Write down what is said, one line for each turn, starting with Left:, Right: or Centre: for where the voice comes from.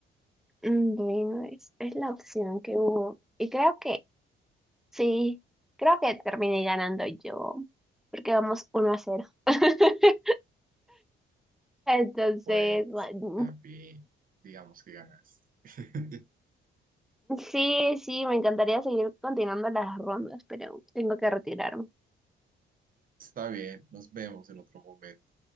Centre: <laughs> bueno, es, es la opción que hubo. Y creo que Sí, creo que terminé ganando yo, porque vamos uno a cero. <laughs> Entonces,
Right: Bueno,
Centre: bueno,
Right: está bien. Digamos que ganaste. <laughs>
Centre: sí, sí, me encantaría seguir continuando las rondas, pero tengo que retirarme.
Right: Está bien, nos vemos en otro momento.